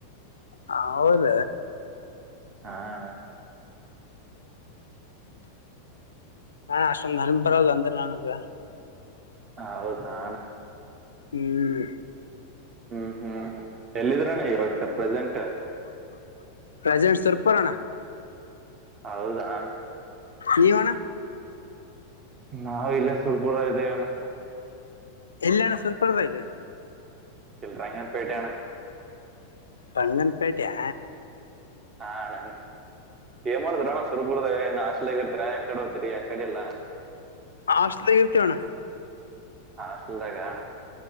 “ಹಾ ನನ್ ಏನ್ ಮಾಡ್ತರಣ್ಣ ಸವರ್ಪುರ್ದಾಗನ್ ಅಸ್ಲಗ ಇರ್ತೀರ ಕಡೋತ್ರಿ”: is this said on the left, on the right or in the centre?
Right